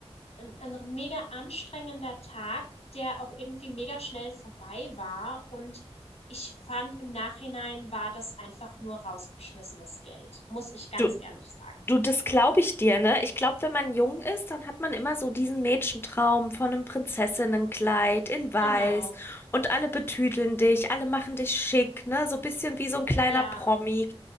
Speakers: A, on the left; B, on the left.
A: ein 'n mega anstrengender Tag, der auch irgendwie mega schnell vorbei war. Und ich fand, im Nachhinein war das einfach nur rausgeschmissenes Geld, muss ich ganz
B: du,
A: ehrlich sagen.
B: Du, das glaube ich dir, ne? Ich glaube, wenn man jung ist, dann hat man immer so diesen Mädchentraum von einem Prinzessinnenkleid in Weiß
A: Genau.
B: und alle betüdeln dich, alle machen dich schick, ne? So ein bisschen wie so ein kleiner
A: Ja,
B: Promi.